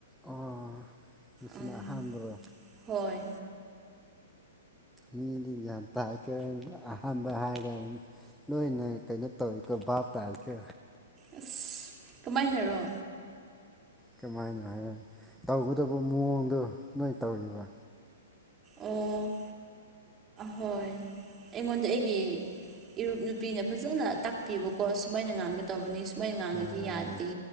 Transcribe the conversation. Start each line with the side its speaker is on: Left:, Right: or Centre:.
Centre: ꯑꯣ ꯅꯆꯤꯅꯥ
Right: ꯎꯝ
Centre: ꯍꯟꯕ꯭ꯔꯣ
Right: ꯍꯣꯏ
Centre: ꯃꯤ ꯌꯥꯄꯥꯏ ꯀ ꯑꯍꯥꯟꯕꯕ ꯍꯥꯏꯥꯏꯒ ꯅꯣꯏꯅ ꯀꯩꯅꯣ ꯇꯧꯋꯀꯣ ꯚꯥꯞ ꯇꯥꯔꯤꯀꯦ
Right: ꯑꯁ ꯀꯃꯥꯏꯅꯔꯣ
Centre: ꯀꯃꯥꯏꯅꯣ ꯍꯥꯏꯅꯤ ꯇꯧꯒꯇꯕꯨ ꯃꯑꯣꯡꯗꯣ ꯅꯣꯏ ꯇꯧꯈꯤꯕ
Right: ꯑꯣ ꯍꯣꯏ ꯑꯩꯉꯣꯟꯗ ꯑꯩꯒꯤ ꯨꯞ ꯅꯨꯄꯤꯅ ꯐꯖꯅ ꯇꯥꯛꯄꯤꯕꯀꯣ ꯁꯨꯃꯥꯏꯅ ꯉꯥꯡꯒꯗꯧꯕꯅꯤ ꯃꯣꯏ ꯉꯥꯡꯉꯗꯤ
Centre: ꯍꯣꯏ
Right: ꯌꯥꯗꯦ